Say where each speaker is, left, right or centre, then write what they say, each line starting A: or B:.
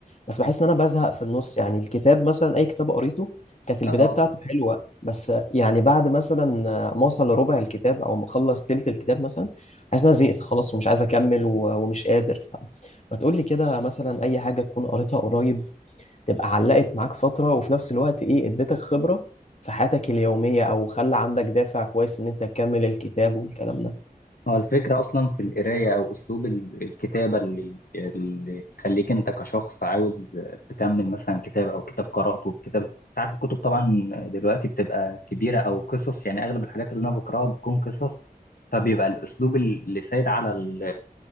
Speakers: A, on the left; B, on the left.
A: بس بحس ان انا بزهق في النص يعني الكتاب مثلا اي كتاب قريته كانت البدايه
B: اه
A: بتاعته حلوه بس يعني بعد مثلا ما اوصل لربع الكتاب او ما اخلص تلت الكتاب مثلا حاسس ان انا زهقت خلاص ومش عايز اكمل و- ومش قادر فما تقول لي كده مثلا اي حاجه تكون قريتها قريب تبقى علقت معاك فترة وفي نفس الوقت ايه اديتك خبرة في حياتك اليومية او خلى عندك دافع كويس ان انت تكمل الكتاب والكلام ده
B: هو الفكرة أصلا في القراية أو أسلوب ال- الكتابة اللي اللي يخليك أنت كشخص عاوز تكمل مثلا كتاب أو كتاب قرأته كتاب أنت عارف الكتب طبعا دلوقتي بتبقى كبيرة أو قصص يعني أغلب الحاجات اللي أنا بقرأها بتكون قصص فبيبقى الأسلوب اللي سايد على ال-